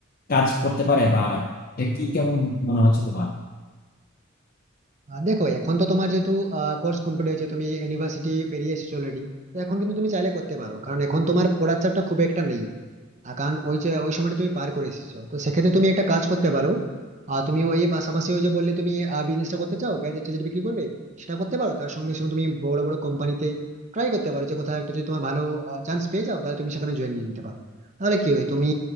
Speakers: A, on the left; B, on the right.
A: কাজ করতে পারে বা এটা কি কেমন মনে হচ্ছে তোমার
B: আহ, দেখো এখন তো তোমার যেহেতু কোর্স কমপ্লিট হয়েছে তুমি ইউনিভার্সিটি পেরিয়ে এসেছো অলরেডি তো এখন কিন্তু তুমি চাইলে করতে পারো কারণ এখন তোমার পড়ার চাপটা খুব একটা নেই আহ কারণ ওই যে ওই সময়টা তুমি পার করে এসেছো তো সেক্ষেত্রে তুমি একটা কাজ করতে পারো আর তুমি ওই পাশাপাশি ওই যে বললে তুমি বিজনেসটা করতে চাও গ্যাজেট ট্যাজেট বিক্রি করবে সেটা করতে পারো তার সঙ্গে সঙ্গে তুমি বড় বড় কোম্পানিতে ট্রাই করতে পারো যে কোথাও একটা যদি তোমার ভালো চান্স পেয়ে যাও তাহলে তুমি সেখানে জয়েন নিয়ে নিতে পারো তাহলে কি হয় তুমি